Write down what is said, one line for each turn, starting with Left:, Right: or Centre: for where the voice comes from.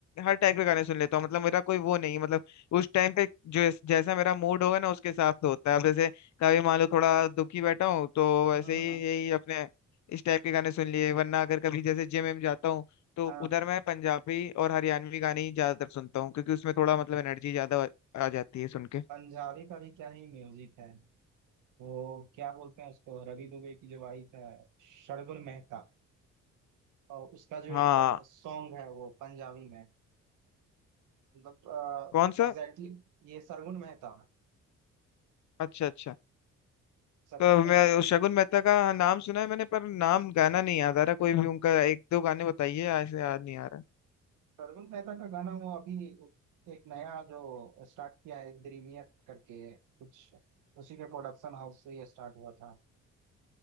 Left: हर टाइप के गाने सुन लेता हूँ मतलब मेरा कोई वो नहीं है मतलब उस टाइम पे जो जैसा मेरा मूड होगा ना उसके हिसाब से होता है अब जैसे कभी मान लो थोड़ा दुखी बैठा हूँ तो वैसे
Right: हम्म हम्म,
Left: ही यही अपने इस टाइप के गाने सुन लिए वरना अगर कभी जैसे जिम में जाता हूँ तो
Right: हाँ
Left: उधर मैं पंजाबी और हरियाणवी गाने ही ज्यादातर सुनता हूँ क्योंकि उसमें थोड़ा मतलब एनर्जी ज्यादा आ जाती है सुन के
Right: पंजाबी का भी क्या ही म्यूजिक है वो क्या बोलते हैं उसको रवि दुबे की जो वाइफ है शर्गुन मेहता और उसका जो
Left: हाँ
Right: एक सॉन्ग है वो पंजाबी में मतलब
Left: कौन सा
Right: एग्जैक्टली exactly, ये सरगुन मेहता
Left: अच्छा अच्छा
Right: सरगुन
Left: तो मैं
Right: मेहता
Left: उस शगुन मेहता का नाम सुना है मैंने पर नाम गाना नहीं याद आ रहा कोई भी उनका एक दो गाने बताइए ऐसे याद नहीं आ रहा
Right: सरगुल मेहता का गाना वो अभी एक नया जो स्टार्ट किया है दिलमियत करके कुछ उसी के प्रोडक्शन हाउस से ये स्टार्ट हुआ था